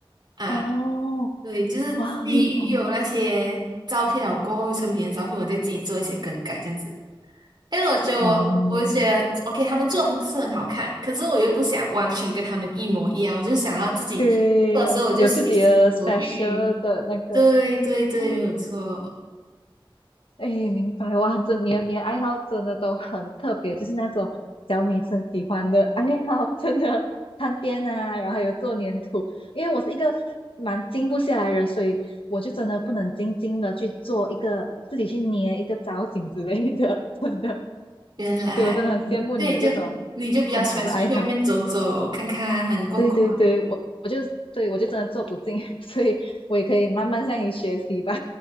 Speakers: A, on the right (about 50°); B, on the left (about 75°).
A: 啊。
B: 哦，
A: 对，就是基于有那些照片了过后，
B: 哇，明白。
A: 成品的照片，我再自己做一些更改，这样子。因为我觉得我，
B: 嗯，
A: 我觉得 OK，他们做的是很好看，可是我又不想完全跟他们一模一样，我就想要自己做的时候我就随心所欲。
B: 对，有自己的 special 的那个。
A: 对对对，
B: 哦，
A: 没有错。
B: 哎，明白哇！这你的你的爱好真的都很特别，就是那种小女生喜欢的爱好，<laughs> 真的探店啊，然后还有做粘土。因为我是一个蛮静不下来的人，所以我就真的不能静静的去做一个自己去捏一个造型之类的，<laughs> 真的。
A: 原来，
B: 所以我真的很羡慕你有这种
A: 对，你就你就比较喜欢出去外面走走、
B: 很好的爱好。
A: 看看、逛逛，
B: 对对对，我我就对我就真的做不进，<laughs> 所以我也可以慢慢向你学习吧。